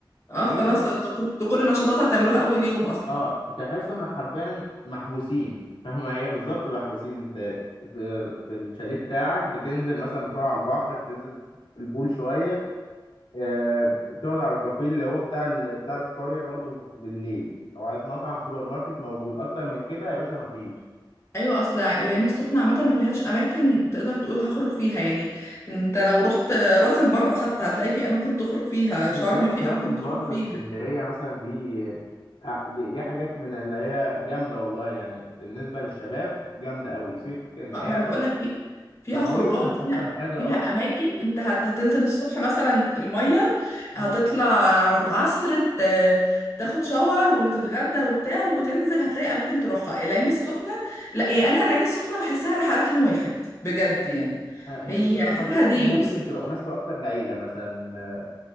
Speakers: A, on the left (about 35°); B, on the left (about 80°).
A: اه
B: لأن
A: خلاص انتوا كنتوا كل النشاطات هتعملوها أول يوم أصلا
B: أه تحس إن حرفيا محبوسين فاهمة هي بالظبط محبوسين أنت في في الشاليه بتاعك بتنزل مثلا بتروح على البحر بتنزل البول شوية آه، بتقعد على الكافيه اللي هو بتاع ال... بتاع القرية برضو بالليل لو عايز مطعم سوبر ماركت موجود أكتر من كده يا باشا مفيش
A: ايوه اصل العين السخنه عامه ما فيهاش اماكن تقدر تقول هخرج فيها يعني انت لو رحت راس البر حتى هتلاقي في اماكن تخرج فيها
B: بالظبط
A: شرم في
B: راس
A: اماكن
B: البر
A: تخرج فيها
B: اسكندرية مثلا دي آه، دي, دي حاجات من اللي هي جامدة والله يعني بالنسبة للشباب جامدة أوي سيبك إن
A: اه
B: هي
A: ما انا بقول لك في فيها
B: كمية
A: خروجات
B: مش
A: فيها
B: أحسن حاجة
A: فيها
B: أه
A: اماكن انت هت... هتنزل الصبح مثلا الميه
B: مم.
A: هتطلع على العصر ت... تاخد شاور وتتغدى وبتاع وتنزل هتلاقي اماكن تروحها العين السخنه لا يعني انا العين السخنه بحسها رحلات يوم واحد بجد يعني
B: آه،
A: هي
B: هي بس أنا
A: اخرها
B: حسيتها
A: ديوز
B: إن هي ممكن تبقى مناسبة أكتر لعيلة مثلا آه،